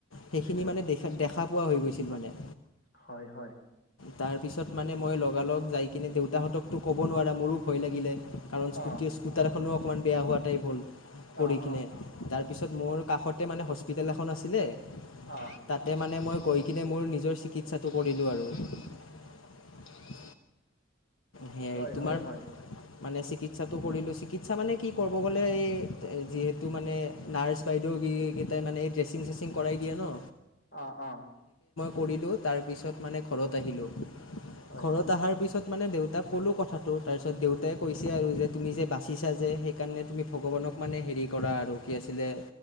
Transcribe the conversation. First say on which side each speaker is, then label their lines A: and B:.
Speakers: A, on the left; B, on the left.
A: সেইখিনি
B: বুজিছো
A: মানে দেখা দেখা। পোৱা হৈ গৈছিল মানে।
B: হয় হয়।
A: তাৰপিছত মানে মই লগালগ যাই কিনে দেউতাহঁতকতো ক'ব নোৱাৰা মোৰো ভয় লাগিলে। আৰু স্কট
B: অ
A: স্কুটাৰখনো অকণমান বেয়া হোৱাটাই হ'ল পৰি
B: অ
A: কিনে
B: অ
A: তাৰপিছত মোৰ। কাষতে মানে হস্পিতেল এখন আছিলে
B: অ
A: তাতে মানে মই গৈ কিনে মোৰ নিজৰ। চিকিৎসাটো কৰিলোঁ আৰু। সেয়াই
B: হয়
A: তোমাৰ
B: হয় হয়।
A: মানে চিকিৎসাটো কৰিলো চিকিৎসা মানে কি কৰিব গ'লে এই যিহেতু মানে নাৰ্ছ বাইদেউ। এইকেইটা মানে এই ড্ৰেছিং চেচিং কৰাই দিয়ে ন।
B: অ অ।
A: কৰিলো তাৰপিছত মানে ঘৰত আহিলো
B: হয়
A: ঘৰত অহাৰ পিছত দেউ। তাক ক'লো কথাটো তাৰপিছত দেউতাই কৈছে আৰু যে তুমি যে বাচিছা যে সেইকাৰণে তুমি ভগৱানক মানে হে। ৰি কৰা আৰু কি আছিলে।